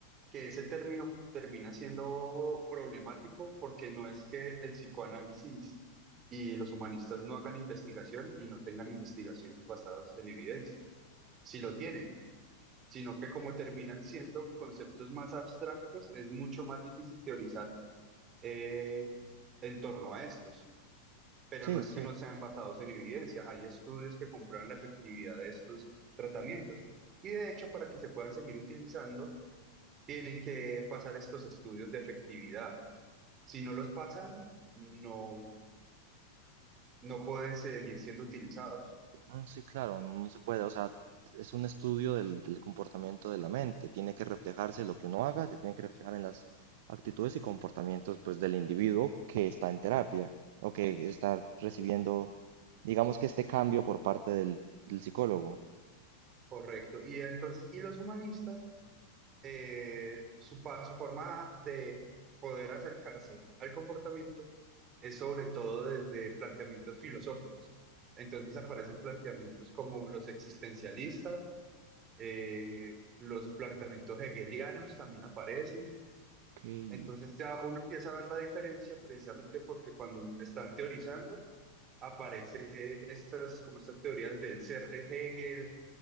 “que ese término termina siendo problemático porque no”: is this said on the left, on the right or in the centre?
Right